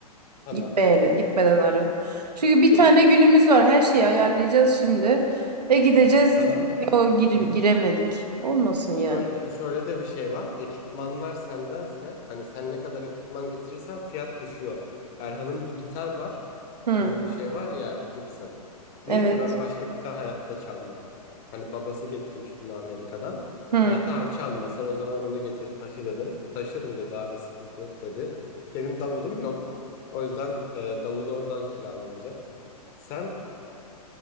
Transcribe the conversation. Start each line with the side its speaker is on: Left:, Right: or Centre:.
Left: tamam
Right: Gitmeyeli,
Left: olur.
Right: gitmeden ara. Çünkü
Left: Bir
Right: bir
Left: de
Right: tane günümüz var. Her şeyi ayarlayacağız şimdi. Ve gideceğiz.
Left: aha,
Right: Yo gir-
Left: hı hı.
Right: giremedik. Olmasın
Left: şöyle,
Right: yani.
Left: şöyle de bir şey var ekipmanlar sendense hani sen ne kadar ekipman getirirsen fiyat düşüyor. Erhan'ın bir gitar var.
Right: Hı,
Left: Bu şey var ya Gibson. Diyor
Right: evet.
Left: ki ben başka gitar hayatta çalmam. Hani babası getirmiş bunu Amerika'dan.
Right: Hı.
Left: E, tamam çalma sen o zaman onu getir taşı dedim. Taşırım dedi abi sıkıntı yok dedi. Benim davulum yok. O yüzden e, davul oradan kiralanacak. Sen